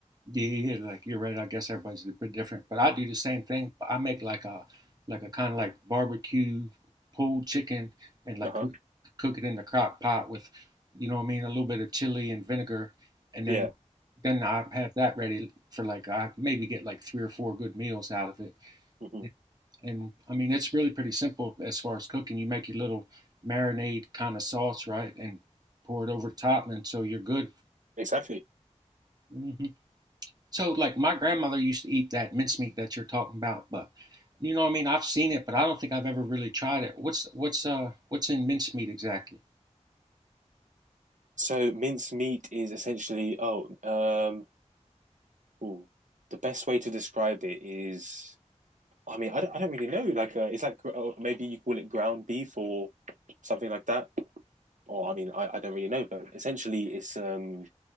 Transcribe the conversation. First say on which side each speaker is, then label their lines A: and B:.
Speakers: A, on the right; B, on the right.
A: Yeah, yeah, yeah, like you're right. I guess everybody's a bit different, but I do the same thing. I make like a like a kind of like barbecue pulled chicken and like
B: Uh huh.
A: cook cook it in the crock pot with, you know what I mean, a little bit of chili and vinegar, and then
B: Yeah.
A: then I have that ready for like I maybe get like three or four good meals out of it.
B: hmm
A: And, and I mean, it's really pretty simple as far as cooking. You make your little marinade kind of sauce, right, and pour it over top, and so you're good.
B: Exactly.
A: Mhm. So, like, my grandmother used to eat that mincemeat that you're talking about, but you know, what I mean, I've seen it, but I don't think I've ever really tried it. What's what's uh what's in mincemeat exactly?
B: So minced meat is essentially oh um ooh, the best way to describe it is. I mean, I don't, I don't really know. Like, uh, it's like oh, maybe you call it ground beef or something like that. Or I mean, I, I don't really know, but essentially, it's um,